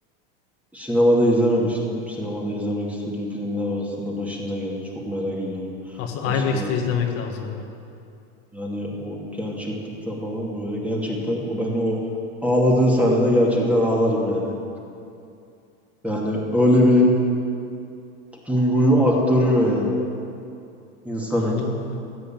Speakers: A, in the centre; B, on the left (about 50°).
A: Sinemada izlememiştim. Sinemada izlemek istediğim filmler arasında başında gelir. Çok merak ediyorum.
B: Aslında
A: Nasıl
B: IMAX'te
A: bir o
B: izlemek lazım bunu.
A: yani o gerçeklikle falan böyle gerçekten o ben o ağladığı sahnede gerçekten ağlarım yani. Yani öyle bir duyguyu aktarıyor yani insana.
B: Aynen öyle.